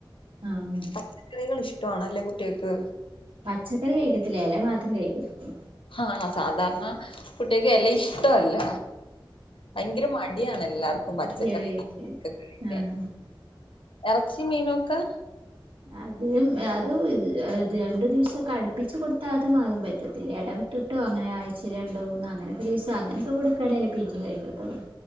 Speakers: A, on the right; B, on the left.
A: ആഹ്
B: പച്ചക്കറികൾ ഇഷ്ടമാണല്ലേ കുട്ടിയേക്ക്
A: പച്ചക്കറി കഴിക്കത്തില്ല എല മാത്രം കഴിക്കത്തൂ
B: ആണ സാധാരണ കുട്ടിയേക്ക് എല ഇഷ്ടല്ല ഭയങ്കര മടിയാണ് എല്ലാർക്കും
A: മടിയാണ്
B: പച്ചക്കറിക്കെ
A: കഴിക്കാൻ
B: കഴിക്കാൻ
A: ആഹ്
B: എറച്ചി മീനൊക്കെ
A: അത് അത് രണ്ടു ദിവസം ക്കെ അടുപ്പിച്ച് കൊടുത്താ അതമാകും പറ്റത്തില്ല എട ഇട്ടിട്ടോ അങ്ങനെ ആഴ്ച്ചേല് രണ്ടോ മൂന്നോ അങ്ങനൊക്കെ ദിസം അങ്ങനൊക്കെ കൊടുക്കണേല് പിന്നിം കഴിക്ക ത്തൊള്ളൂ